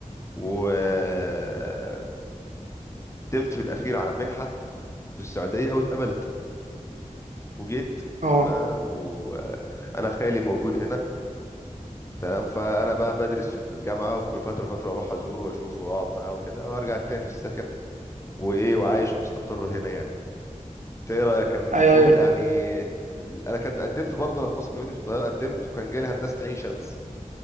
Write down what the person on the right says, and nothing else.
اه
ايوه ايوه